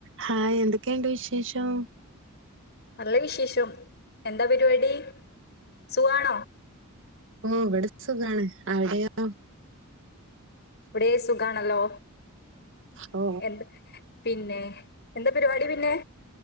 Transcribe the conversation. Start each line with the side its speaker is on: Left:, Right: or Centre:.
Right: Hi എന്തൊക്കെയുണ്ട് വിശേഷം
Left: നല്ല വിശേഷം എന്താ പരിപാടി സുആണോ
Right: ഓ ഇവിടെ സുഖാണ് ആവിടെയോ
Left: ഇവിടെ സുഖാണല്ലോ
Right: ഓ
Left: എന്ത് പിന്നെ എന്താ പരിപാടി പിന്നെ